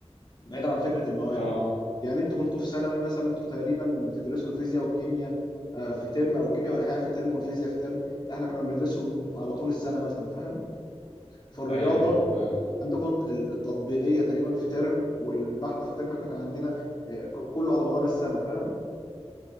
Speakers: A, on the left; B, on the left.
A: بعيدا عن فكره المواد
B: اه
A: يعني انتوا كنتوا في ثانوي مثلا انتوا تقريبا بتدرسوا الفيزياء والكيمياء آه، في ترم او الكيمياء والاحياء في ترم والفيزياء في ترم لا، احنا كنا بندرسهم على طول السنه مثلا فاهم فالرياضه
B: ايوه ايوه فهمت
A: عندكم ال- التطبيقيه تقريبا في ترم والبحث في ترم احنا كان عندنا آه، ك- كله على مدار السنه فاهم